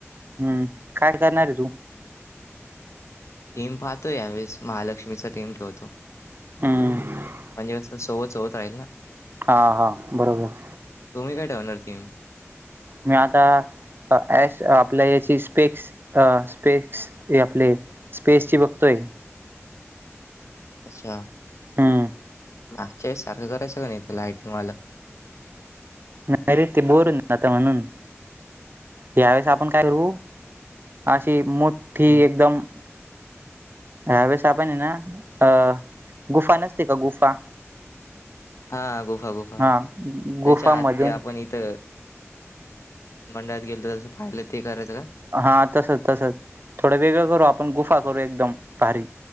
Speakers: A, on the right; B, on the left.
A: हम्म काय करणार ये तू
B: थीम पाहतो यावेळेस महालक्ष्मीचा थीम ठेवतो.
A: हम्म
B: म्हणजे कसं सोबत सोबत राहील ना
A: हां हां बरोबर.
B: तुम्ही काय ठेवणार थीम
A: मी आता अ एष आपल्या याची स्पेक्स अ स्पेक्स हे आपले स्पेस ची बघतोय.
B: अच्छा
A: हूं
B: मागच्या वेळेस सारखं करायचं का नायत लायटिंगवालं.
A: नाय रे ते बोर होईल आता म्हणून यावेेळेस आपण काय करू अशी मोठ्ठी
B: हं.
A: एकदम ह्या वेळेस आपण हाय ना गुफा नसते का गुफा
B: हा गुफा गुफा
A: हा
B: त्याच्या
A: गुफामधून
B: आत ते आपण इथ मंडळात गेलतो जसं पाहिलं ते करायचं का?
A: हा तसच तसच थोडं वेगळं करू आपण गुफा करू एकदम भारी